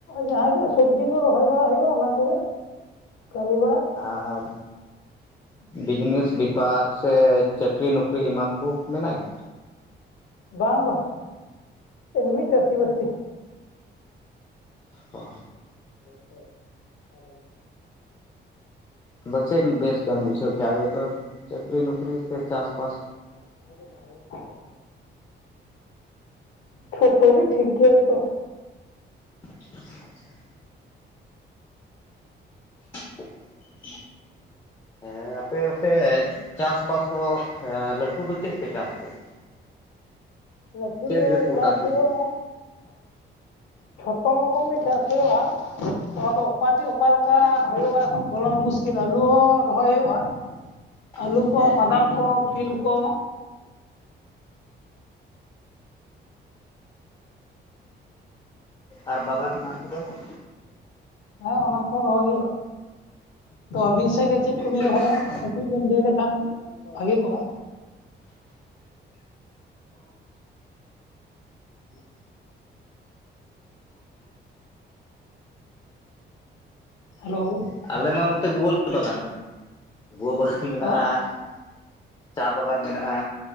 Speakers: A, on the left; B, on the left.
A: ᱡᱟᱦᱟ ᱜᱮ ᱥᱚᱵᱽᱡᱤ ᱠᱚ ᱨᱚᱦᱚᱭ ᱵᱟᱲᱟ ᱦᱩᱭᱩᱜ-ᱟ ᱚᱱᱟ ᱠᱚᱜᱮ ᱠᱟᱹᱢᱤ ᱵᱟᱲᱟ
B: ᱟᱨ ᱵᱤᱡᱽᱱᱮᱥ ᱵᱤ ᱵᱟᱨ ᱥᱮ ᱪᱟᱠᱨᱤ ᱱᱚᱠᱨᱤ ᱮᱢᱟᱱ ᱠᱚ ᱢᱮᱱᱟᱜ ᱜᱮ
A: ᱵᱟᱝ ᱵᱟ ᱮᱢᱱᱤ ᱪᱟᱥᱤ ᱵᱟᱥᱤ
B: ᱚᱻ
A: ᱜᱚᱝᱠᱮ <unintelligible>
B: ᱟᱫᱚ ᱪᱮᱜ ᱵᱮᱥ ᱵᱮᱱ ᱵᱩᱡᱷᱟᱹᱣ ᱠᱮᱜᱟ ᱟᱵᱮ ᱫᱚ ᱪᱟᱠᱨᱤ ᱱᱚᱠᱨᱤ ᱥᱮ ᱪᱟᱥ ᱵᱟᱥ
A: <unintelligible> ᱡᱷᱚᱛᱚ ᱜᱮ ᱴᱷᱤᱠ ᱜᱮᱭᱟ ᱛᱚ
B: ᱟᱪᱪᱷᱟ <unintelligible> ᱦᱮᱸ ᱟᱯᱮ ᱚᱱᱛᱮ ᱪᱟᱥ ᱵᱟᱥ ᱫᱚ ᱞᱟᱹᱴᱩ ᱫᱚ ᱪᱮᱫ ᱯᱮ ᱪᱟᱥ ᱜᱮᱭᱟ <unintelligible>
A: ᱞᱟᱹᱴᱩ
B: ᱪᱮᱫ
A: ᱫᱚ
B: ᱰᱷᱮᱨ ᱯᱨᱚᱰᱟᱠᱴ
A: ᱪᱟᱥ
B: ᱦᱩᱭᱩᱜ
A: ᱦᱩᱭᱩᱜ-ᱟ
B: ᱠᱟᱱᱟ?
A: ᱡᱷᱚᱛᱚ ᱨᱚᱠᱚᱢ ᱜᱮ ᱪᱟᱥ ᱦᱩᱭᱩᱜ-ᱟ ᱟᱫᱚ ᱚᱠᱟ ᱴᱤᱜ ᱚᱠᱟᱞᱮᱠᱟ ᱦᱳᱭᱳᱜ-ᱟ ᱮᱠᱷᱚᱱ ᱵᱚᱞᱟᱨ ᱢᱩᱥᱠᱤᱞ ᱟᱹᱞᱩ ᱦᱚᱸ ᱨᱚᱦᱚᱭ ᱦᱳᱭᱳᱜ-ᱟ
B: <unintelligible>
A: ᱟᱹᱞᱩ ᱠᱚ
B: ᱦᱮᱸ
A: ᱵᱟᱫᱟᱢ ᱠᱚ ᱛᱤᱞ ᱠᱚ
B: ᱟᱨ ᱵᱟᱜᱟᱱ ᱮᱢᱟᱱ ᱠᱚ ᱵᱟᱱᱩᱜᱼᱟ
A: ᱦᱮᱸ ᱚᱱᱟ ᱠᱚ ᱨᱚᱦᱚᱭ ᱦᱩᱭᱩᱜᱼᱟ ᱛᱚ ᱟᱹᱵᱤᱱ ᱥᱮᱫ ᱜᱮ ᱪᱮᱫ ᱠᱚᱵᱤᱱ
B: ᱯᱮ
A: ᱨᱚᱦᱚᱭᱟ
B: ᱵᱟᱜᱟᱱ?
A: ᱠᱟᱹᱡ ᱵᱤᱱ ᱞᱮ ᱞᱮᱠᱷᱟᱱ ᱵᱷᱟᱜᱮ ᱠᱚᱜᱼᱟ <unintelligible> ᱦᱮᱞᱳ
B: ᱟᱞᱮ ᱢᱟ ᱱᱚᱛᱮ ᱜᱩᱣᱟᱹᱞᱮ ᱵᱟᱜᱟᱱ ᱫᱟ ᱜᱩᱣᱟᱹ ᱵᱟᱜᱟᱱ ᱢᱮᱱᱟᱜᱼᱟ
A: ᱦᱚᱸ
B: ᱪᱟ ᱵᱟᱜᱟᱱ ᱢᱮᱱᱟᱜᱼᱟ